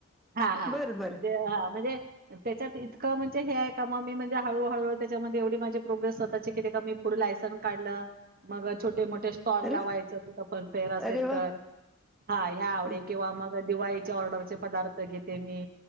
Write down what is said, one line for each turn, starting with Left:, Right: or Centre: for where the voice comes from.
Right: हा हा.
Centre: बरं बरं
Right: म्हणजे ह म्हणजे त्याच्यात इतकं म्हणजे हे आहे का मग मी म्हणजे हळूहळू त्याच्यामध्ये एवढी माझी प्रोग्रेस स्वतः ची केली का मी पुढ लायन काढलं, मग छोटे मो कुठे स्टॉल
Centre: अरे
Right: लावायच
Centre: वा
Right: कुठ पण फेर असेल
Centre: अरे वा
Right: तर, हा ह्या आवडी
Centre: हं,
Right: किंवा मग दिवाळीच्या ऑर्डरचे पदार्थ घेते मी